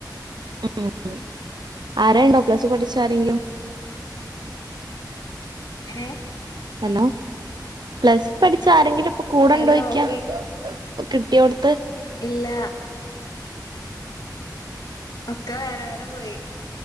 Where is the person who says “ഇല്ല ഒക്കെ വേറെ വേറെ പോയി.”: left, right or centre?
Left